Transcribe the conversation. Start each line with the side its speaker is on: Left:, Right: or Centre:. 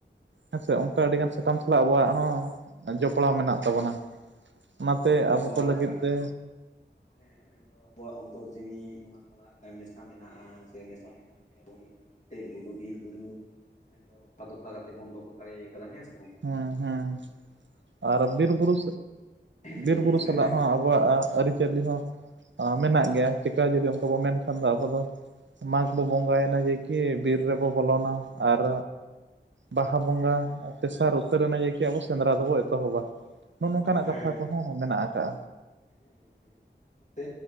Right: ᱦᱮᱸᱥᱮ ᱚᱱᱠᱟ ᱟᱹᱰᱤᱜᱟᱱ ᱥᱟᱠᱟᱢ ᱥᱟᱞᱟᱜ ᱟᱹᱵᱚᱣᱟᱜ ᱦᱚᱸ ᱡᱚᱯᱲᱟᱣ ᱢᱮᱱᱟᱜ ᱛᱟᱵᱚᱱᱟ᱾ ᱚᱱᱟᱛᱮ
Left: ᱢᱮᱱᱫᱚ
Right: ᱟᱵᱚ
Left: ᱟᱵᱚᱣᱟᱜ
Right: ᱠᱚ ᱞᱟᱹᱜᱤᱫ ᱛᱮ
Left: ᱦᱮᱸ ᱢᱮᱱᱫᱚ ᱟᱵᱚᱣᱟᱜ ᱚᱱᱛᱚᱨ ᱡᱤᱣᱤ ᱚᱱᱟ ᱥᱟᱞᱟᱜ ᱦᱮᱸ ᱢᱮᱥᱟ ᱢᱮᱱᱟᱜᱼᱟ ᱥᱮ ᱢᱮᱥᱟ ᱢᱮᱱᱟᱜ ᱯᱮᱭᱟ ᱵᱚᱱ ᱱᱤᱛ ᱦᱟᱹᱵᱤᱜ ᱛᱮ ᱵᱩᱨᱩ ᱵᱤᱨ ᱵᱩᱨᱩ ᱢᱮᱱᱫᱚ ᱨᱚᱯᱷᱟ ᱫᱚᱯᱷᱟ ᱠᱟᱛᱮ ᱵᱚᱱ ᱫᱚᱦᱚ ᱫᱟᱲᱮᱭ ᱠᱟᱫᱟ ᱦᱮᱸᱥᱮ ᱵᱟᱝ,
Right: ᱦᱮᱸ ᱦᱮᱸ ᱟᱨ ᱵᱤᱨ ᱵᱩᱨᱩ
Left: ᱦᱩᱸ
Right: ᱵᱤᱨ ᱵᱩᱨᱩ
Left: ᱞᱟᱹᱭ
Right: ᱥᱟᱞᱟᱜ
Left: ᱵᱮᱱ
Right: ᱦᱚᱸ ᱟ ᱵᱚᱣᱟᱜ ᱟᱹᱨᱤᱪᱟᱹᱞᱤ ᱦᱚᱸ ᱢᱮᱱᱟᱜ ᱜᱮᱭᱟ ᱪᱤᱠᱟ ᱡᱩᱫᱤ ᱚᱱᱠᱟ ᱵᱚ ᱢᱮᱱᱠᱷᱟᱱ ᱫᱚ ᱟᱵᱚ ᱫᱚ ᱢᱟᱜᱽ ᱵᱚ ᱵᱚᱸᱜᱟᱭᱮᱱᱟ ᱡᱮᱠᱤ ᱵᱤᱨ ᱨᱮᱵᱚ ᱵᱚᱞᱚᱱᱟ ᱟᱨ ᱵᱟᱦᱟ ᱵᱚᱸᱜᱟ ᱛᱮᱥᱟᱨ ᱩᱛᱟᱹᱨᱱᱟ ᱡᱮᱠᱤ ᱟᱵᱚ ᱥᱮᱸᱫᱽᱨᱟ ᱫᱚᱵᱚ ᱮᱛᱚᱦᱚᱵᱟ ᱱᱚᱜᱼᱚ ᱱᱚᱝᱠᱟᱱᱟᱜ
Left: ᱦᱮᱸ
Right: ᱠᱟᱛᱷᱟ ᱠᱚᱦᱚᱸ ᱢᱮᱱᱟᱜ ᱠᱟᱜᱼᱟ᱾
Left: ᱦᱮᱸ ᱜᱚᱝᱠᱮ, ᱚᱱᱟᱛᱮ